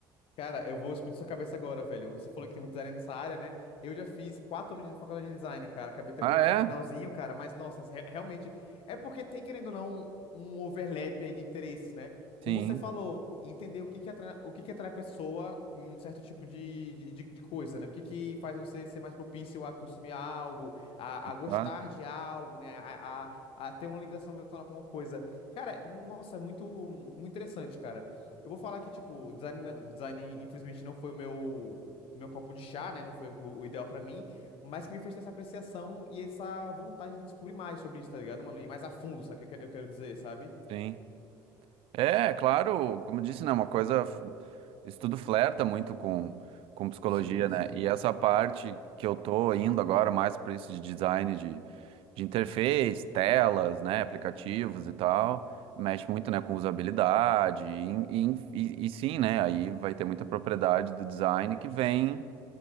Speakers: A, on the left; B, on the right.
A: Cara, eu vou explodir sua cabeça agora, velho. Você falou que tem muito design nessa área, né? Eu já fiz quatro anos de faculdade de design, cara. Acabei trancando
B: Ah, é?
A: no finalzinho, cara. Mas, nossa, re- realmente. É porque tem, querendo ou não, um overlap aí de interesses, né?
B: Sim,
A: Como você falou, entender o que que atrai, o que que atrai a pessoa em um certo tipo de, de, de- de coisa, né? O que que faz você ser mais propício a consumir algo, a,
B: exato,
A: a gostar de algo, né? A, a, a ter uma ligação emocional com uma coisa. Cara, nossa, é muito, muito interessante, cara. Eu vou falar que, tipo, design, design infelizmente não foi o meu, meu copo de chá, né? Não foi o, o ideal pra mim, mas que me fez ter essa apreciação e essa vontade de descobrir mais sobre isso, tá ligado, mano? E mais a fundo, sabe o que eu que- eu quero dizer, sabe?
B: sim. É, claro, como eu disse, né, uma coisa, f- isso tudo flerta muito com, com psicologia,
A: Sim,
B: né,
A: sim.
B: e essa parte que eu tô indo agora mais para isso de design de, de interface, telas, né, aplicativos e tal, mexe muito, né, com usabilidade, e, e, e, e sim, né, aí vai ter muita propriedade do design que vem